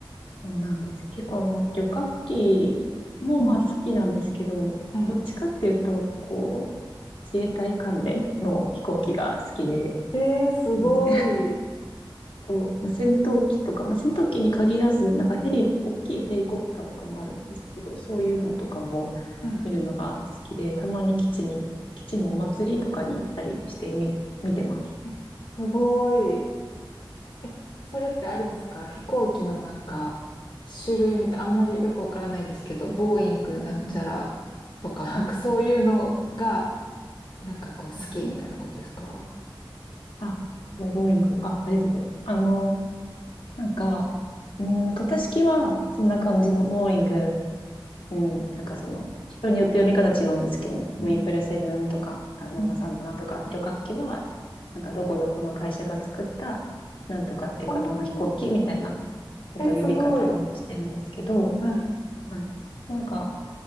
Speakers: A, on the left; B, on the left.
A: そうなんです。結構あの、旅客機もまあ好きなんですけど、
B: うん。はい。
A: どっちかっていうと、こう、自衛隊関連の飛行機が好きで、
B: えー、すごい。
A: うんこう、まあ戦闘機とか、まあ、戦闘機に限らず、なんかヘリ、大きいヘリコプターとかもあるんですけど、そういうのとかも
B: はい。
A: 見るのが好きで、たまに基地に、基地のお祭りとかに行ったりしてみ、見てます。
B: え、すごい。え、それってあれですか飛行機のなんか、種類みたい、あんまりよくわからないですけど、ボーイングなんちゃらとか、
A: うん
B: なんかそういうのが、
A: あ、
B: なんかこう好きみたいなことですか
A: はいあ、ボーイング、あ、ありがとうございます。あの、なんか、うん、型式はそんな感じのボーイングうん。なんかその、人によって読み方違うんですけど、
B: うん
A: トリプルセブンとか、737とか、
B: うん
A: 旅客機は、なんかどこどこの会社が作った、なんとかっていう方の飛行機みたいな、
B: おー、
A: えっと、
B: え、すごい。
A: 呼び方をしてるんですけど、
B: はい。
A: はい。なんか、